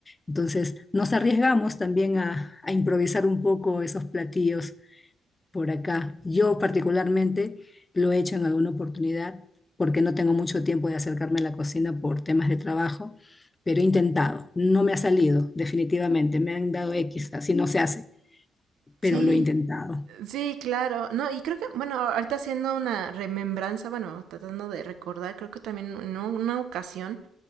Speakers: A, on the left; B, on the right.
A: entonces nos arriesgamos también a, a improvisar un poco esos platillos por acá. Yo particularmente lo he hecho en alguna oportunidad porque no tengo mucho tiempo de acercarme a la cocina por temas de trabajo, pero he intentado. No me ha salido, definitivamente. Me han dado X, así no se hace, pero
B: Sí,
A: lo he intentado.
B: Sí, claro. No, y creo que, bueno, ahorita haciendo una remembranza, bueno, tratando de recordar, creo que también en una ocasión,